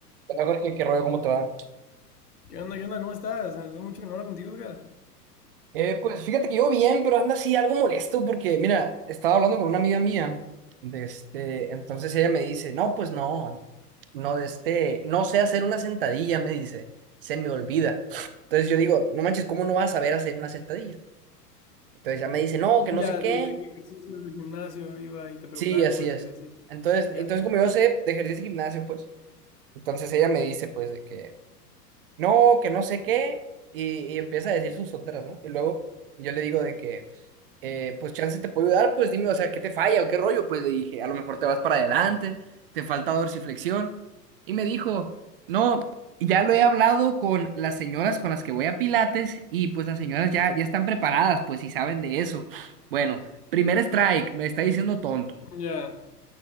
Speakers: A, on the right; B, on the left.
A: Hola Jorge, qué rollo, ¿cómo te va?
B: ¿Qué onda? ¿Qué onda? ¿Cómo estás? Hace mucho que no hablo contigo, Edgar.
A: Eh, pues fíjate que yo bien, pero anda así algo molesto porque, mira, estaba hablando con una amiga mía, de este, entonces ella me dice, no, pues no, no de este, no sé hacer una sentadilla, me dice, se me olvida. Entonces yo digo, no manches, ¿cómo no vas a saber hacer una sentadilla? Entonces ella me dice, no, que no
B: Ya,
A: sé qué.
B: desde que ejercicios del gimnasio iba y te preguntaba
A: Sí, así
B: cosas
A: es.
B: y así.
A: Entonces,
B: Ya,
A: entonces como yo sé de ejercicio y gimnasio, pues, entonces ella me dice, pues, de que, no, que no sé qué, y, y empieza a decir sus tonteras, ¿no? Y luego yo le digo de que... eh, pues chance te puedo ayudar, pues dime, o sea, ¿qué te falla o qué rollo? Pues le dije, a lo mejor te vas para adelante, te falta dorsiflexión. Y me dijo, no, ya lo he hablado con las señoras con las que voy a Pilates y pues las señoras ya, ya están preparadas, pues si saben de eso. Bueno, primer strike, me está diciendo tonto.
B: ya.